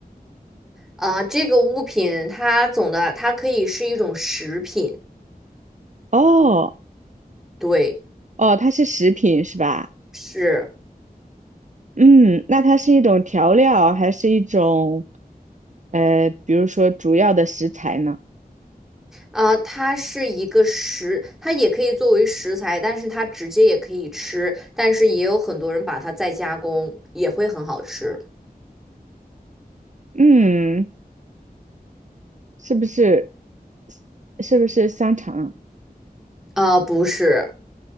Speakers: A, in the centre; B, on the right.
A: 啊、这个物品它总的它可以是一种食品，
B: 哦
A: 对，
B: 哦，它是食品是吧？
A: 是，
B: 嗯，那它是一种调料，还是一种呃，比如说主要的食材呢？
A: 啊、它是一个食，它也可以作为食材，但是它直接也可以吃，但是也有很多人把它再加工，也会很好吃。
B: 嗯，是不是是不是香肠
A: 啊、不是，